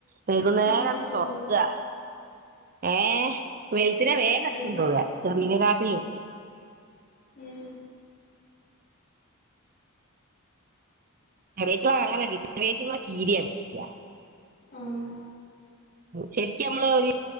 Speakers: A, on the right; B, on the left.
A: വൈകുന്നേരം
B: കടിച്ചോണ്ടോവോ
A: ഒന്ന് തൊറക്കുക ഏയ് വെലുത്തിനെ വേഗം കടിച്ചു
B: വല്
A: കൊണ്ടുപോകുക ചെറിയനെ കാട്ടിലും
B: ഉം
A: ചെറിയറ്റുള്ള അങ്ങനെല്ല ചെറിയറ്റങ്ങളെ കീരിയാ പിടിക്കുക
B: ആഹ്
A: ശരിക്കും നമ്മള് ഒരു